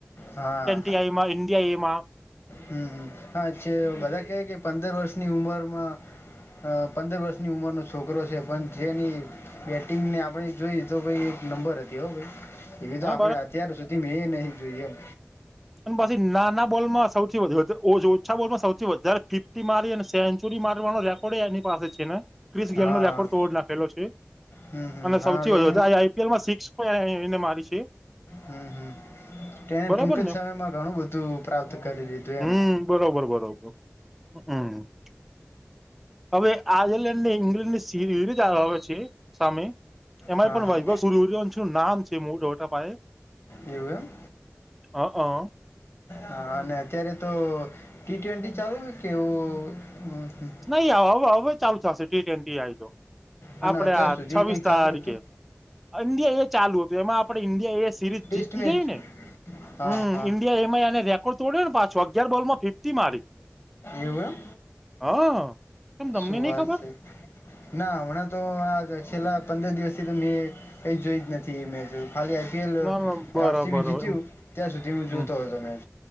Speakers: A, on the left; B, in the centre.
A: હા
B: <unintelligible> એ એમાં
A: હમ્મ હા છે બધાં કે કે પંદર વર્ષની ઉંમર માં હ પંદર વર્ષની ઉંમરનો છોકરો છે પન જેની બેટિંગને આપણે જોઈ તો ભઈ એક નંબર હતી હો ભઈ. એવી
B: હા
A: તો આપણે અત્યાર સુધી મેં એ નહી જોઈ એમ.
B: <inaudible> અન પસી નાના બોલમાં સૌથી વધુ હતા ઓછા બોલમાં સૌથી વધારે ફિફ્તી મારી અને સેન્ચુરી મારવાનો રે કોડેય એની પાસે છે ને ક્રિસ
A: હા
B: ગેલ નો રેકોર્ડ તોડ નાખેલો છે
A: હમ હમ
B: અને
A: હા
B: સૌથી વધ
A: એને
B: આઈઆઈ પી એલ માં સિક્સ પણ એણ એને મારી છે.
A: હમ્મ હમ્મ તેને
B: બરોબર
A: ટૂંક જ
B: ને
A: સમયમાં ઘણું બધું પ્રાપ્ત કરી લીધું
B: હમ
A: એમ.
B: બરોબર બરોબર હમ્મ હવે આયર્લેન્ડ ને ઇંગ્લન્ડ ની સીરીરીજ આ આવે છે સામે એમાંય
A: હા
B: પણ
A: હા
B: વૈભવ સુરર્યવંશી નુ નામ છે મોઓટા પાયે
A: એવું એમ
B: હ અ
A: હા અને અત્યારે તો ટી ટ્વેન્ટી ચાલુ કેવું હ હ
B: નઈ આવ હવ હવે ચાલુ થશે ટી ટેન્ટી આઈ તો
A: અને
B: આપડે
A: અત્યાર
B: આ
A: સુધી
B: છવીસ
A: કંઈક
B: તારીખે
A: ચાલુ હતું
B: અન્ડિયા એ ચાલુ હતુ, એમાં આપડે ઈન્ડિયા એ સિરીજ
A: ટેસ્ટ
B: જીતી
A: મેચ
B: જય ને
A: હા
B: હં
A: હા
B: ઈન્ડિયા એમાં એને રેકોર્ડ તોડ્યો ને પાછો અગયાર બોલ માં ફિફ્ટી મારી
A: એવું એમ
B: હા કેમ તમને
A: શું
B: નઈ
A: વાત
B: ખબર
A: છે. ના હમણા તો, આ છેલ્લા પંદર દિવસથી તો એ જોઈ જ નથી એમ. ખાલી આઈપીએલ
B: ના ના
A: આરસીબી
B: બરાબર
A: જીત્યુ,
B: એમ
A: ત્યાં સુધી હું
B: હમ
A: જોતો હતો મે